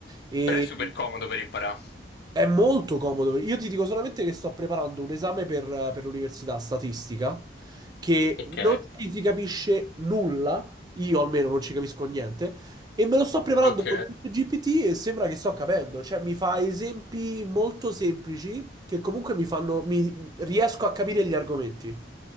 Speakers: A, on the right (about 20°); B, on the left (about 55°).
A: E
B: Però è super comodo per imparare.
A: È molto comodo. Io ti dico solamente che sto preparando un esame per, per l'università statistica che
B: Ok,
A: non ci si capisce nulla, io almeno non ci capisco niente, e me lo sto preparando
B: ok.
A: con GPT e sembra che sto capendo. Cioè, mi fa esempi molto semplici che comunque mi fanno, mi riesco a capire gli argomenti.